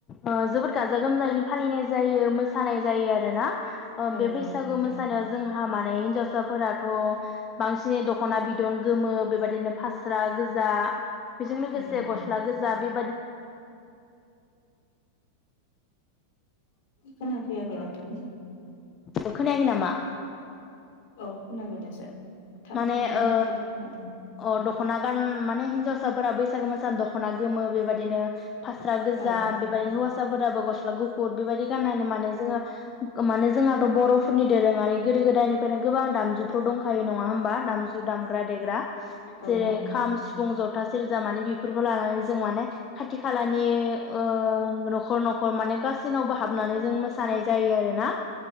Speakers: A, on the left (about 25°); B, on the left (about 50°).
A: ओ जोबोद गाजा गोमजायैनो फालिनाय जायो मोसानाय जायो आरोना ओ
B: औ
A: बे बैसागु
B: नंगौ नोंथां
A: मोसानायाव जोंहा माने हिनजाव साफोरा थ' बांसिनै दख'ना बिदन गोमो बेबायदिनो फास्रा गोजा बेजों लोगोसे
B: औ औ
A: गस्ला गोजा बेबा
B: खोना फैयाखै नोंथां
A: औ खोनायाखै नामा?
B: औ खोनाबाय दासो थाबथानाय
A: माने ओ
B: बायदि खोनादों
A: अ दख'ना गान माने हिनजावस साफोरा बैसागु मोसानो दख'ना गोमो बेबायदिनो फास्रा गोजा
B: औ
A: बेबायदिनो हौवासाफोराबो गस ला गु फुर बेबायदि गाननानै माने जोङो माने जोंआ थ' बर'फोरनि दोरोङारि गोदो गोद दाइनिफ्रायनो गोबां दामजुफोर दंखायो। नङा होमबा दामज जु दामग्रा देग्रा
B: औ
A: जेरै-
B: औ
A: खाम सिफुं जथ था सेरजा माने बेफोरखौ लानानै जों माने खाथि खालानि ओ न'खर न'खर माने गासैनावबो हाबनानै जों मोसानाय जायो आरोना।